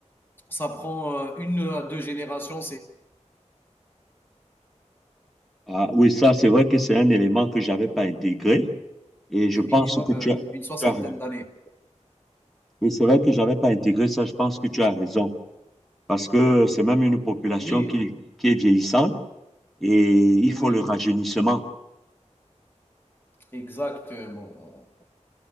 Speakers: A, on the left; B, in the centre.
A: ça prend euh, une à deux générations, c'est
B: Ah, oui, ça, c'est vrai que c'est un élément que je n'avais pas intégré et je
A: minimum
B: pense que tu
A: euh,
B: as,
A: une soixantaine
B: tu as raison.
A: d'années.
B: Oui, c'est vrai que je n'avais pas intégré ça. Je pense que tu as raison parce que c'est même une population
A: Oui,
B: qui, qui est vieillissante et il
A: oui,
B: faut le rajeunissement.
A: exactement.